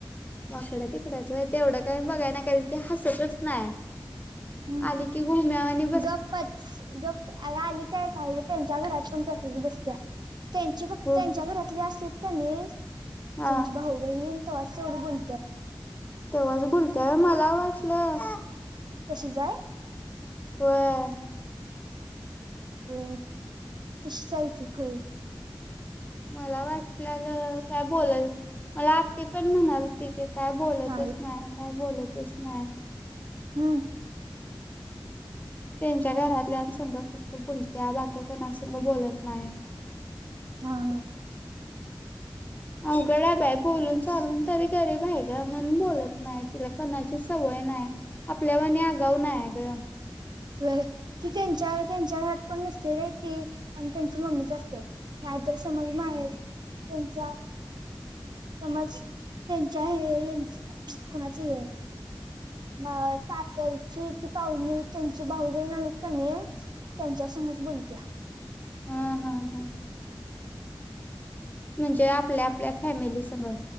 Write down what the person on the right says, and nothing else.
हम्म
गप्पच गप्प अगं आली काय काही त्यांच्या घरात पण तसच बसत्या. त्यांचे फक्त
त्यांच्या घरातले असलेत का नाहीस
त्यांची भाऊ बहीण तव्हा सोड बून
कशी जाय.
वेय तशी चालती खळी.
नाही
हम्म.
हा हा.
वय ती त्यांच्या त्यांच्या घरात पण नसते रे ती आणि त्यांची मम्मीच असत्यात. नाहीतर समज माहेश त्यांच्या समज त्यांच्या हे हेंच कुणाच य माया सासरची ती पाहुणे त्यांची भाऊ बहीण आलेत का नाही त्यांच्या समोरच बोलत्या.